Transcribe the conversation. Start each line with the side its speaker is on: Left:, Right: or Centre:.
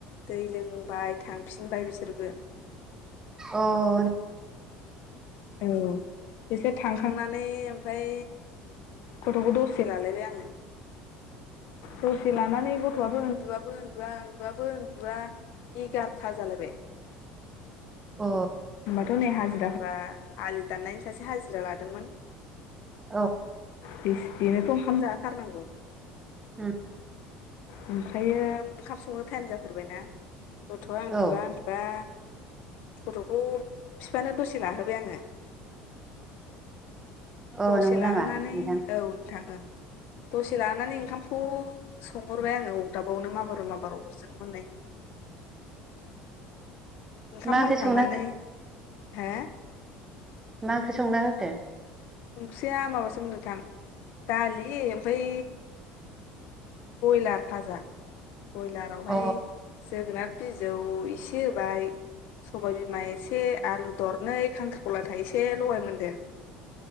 Left: दै लोंबाय थांफिनबाय बिसोरबो।
Right: अ नों
Left: औ बिसोर थांखांनानै ओमफाय गथ'खौ दसे लालायबाय आङो। दसे लानानै गथ'आबो उन्दुआबो उन्दुआ उन्दुआबो उन्दुआ बिग आरथा जालायबाय।
Right: अ
Left: दाथ' नै हाजिराफ्रा आलि दाननायनि सासे हाजिरा लादोंमोन।
Right: औ
Left: बेस बेनोथ' ओंखाम जाहो थारनांगौ।
Right: उम
Left: ओमफ्रायोम ओंखाम संनो टाइम जाथारबायना गथ'आ
Right: औ
Left: उन्दुआ उन्दुआ गथ'खौ फिफानो दसे लाहोबाय आङो।
Right: अ
Left: दसे
Right: नंगौ
Left: लाहोनानै
Right: नामा नोंथां
Left: औ नोंथां ओं दसे लानानै ओंखामखौ संहरबाय आङो अरदाबावनो माबार माबार अरजों मोननाय <inaudible> ओंखाम
Right: मा ओंख्रि
Left: मोनखांनानै
Right: संना
Left: हो
Right: मा ओंख्रि संना होखो?
Left: ओंख्रिया माबासोन नोंथां दालि ओमफाय बयलार भाजा बयलारावहाय
Right: अ
Left: जोगोनार बिजौ इसे होबाय सबाय बिमा एसे आलु दरनै खांख्रिखला थायसे लगाय मोनदेर।